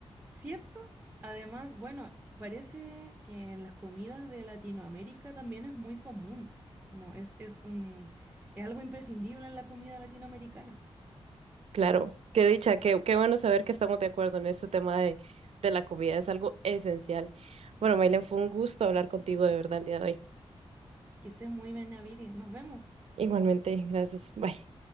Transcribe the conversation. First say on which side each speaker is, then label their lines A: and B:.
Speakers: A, on the right; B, on the right.
A: ¿cierto? Además, bueno, parece que en las comidas de Latinoamérica también es muy común, como es, es un, es algo imprescindible en la comida latinoamericana.
B: Claro, qué dicha, qué, qué bueno saber que estamos de acuerdo en este tema de, de la comida, es algo esencial. Bueno, Maylen, fue un gusto hablar contigo de verdad el día de hoy.
A: Que estés muy bien, Naviri. Nos vemos.
B: Igualmente, gracias. Bye.